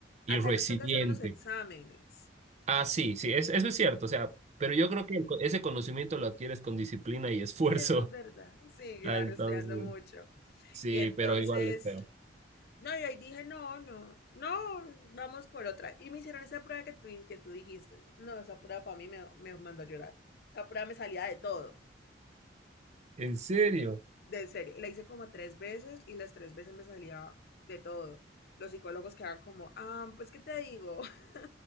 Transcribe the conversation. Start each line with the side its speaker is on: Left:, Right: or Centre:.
Right: y
Left: Acá
Right: resiliente.
Left: nos toca hacer unos exámenes.
Right: Ah, sí, sí, es- eso es cierto. O sea, pero yo creo que el co- ese conocimiento lo adquieres con disciplina y esfuerzo.
Left: Sí, eso es verdad.
Right: <laughs>
Left: Sí,
Right: Ah,
Left: claro,
Right: Entonces,
Left: estudiando mucho.
Right: sí,
Left: Y entonces,
Right: pero igual es feo.
Left: no, y ahí dije, no, no, no, vamos por otra. Y me hicieron esa prueba que tú, que tú dijiste. No, esa prueba para mí me, me mandó a llorar. Esa prueba me salía de todo.
Right: ¿En serio?
Left: de serio, la hice como tres veces y las tres veces me salía de todo. Los psicólogos quedaban como, ah, pues qué te digo. <laughs>